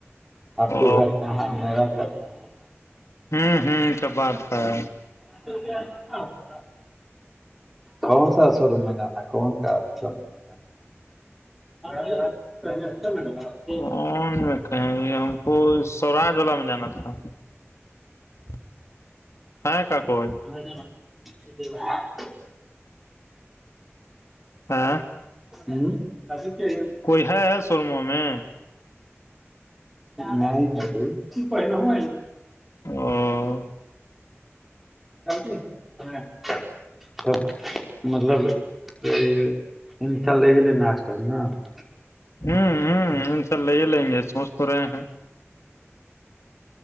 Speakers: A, in the centre; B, on the left.
A: آپ کو
B: او
A: گھر کہاں میرا گھر کہاں ہے
B: ہوں ہوں سب بات ہے
A: <inaudible> کون سا س روم میں جانا کون سا تھا کمپنی کا <unintelligible>
B: <inaudible> ہاں کاکز
A: <unintelligible>
B: ہاں
A: ہوں <inaudible>
B: کوئی ہے سرمو میں
A: نہیںر ہو
B: <unintelligible>
A: <inaudible> <inaudible>
B: ہوں ہوں ان شاء اللہ یہ لیں گے سوچ تو رہے ہیں